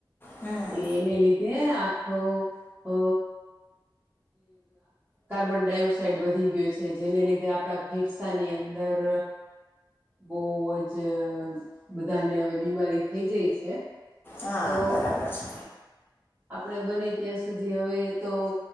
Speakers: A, on the left; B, on the right.
A: હમ
B: કે એને લીધેઆ ખ કાર્બન ડાયોક્સાઇડ વધી ગયો છે જેને લીધે ધે આપણા ફેફસાની અંદર બહ જ બધાને હવે બીમારી થઈ જાય છે.
A: હા
B: તો
A: બરાબર છે.
B: આપણે બને ત્યાં સુધી હવે તો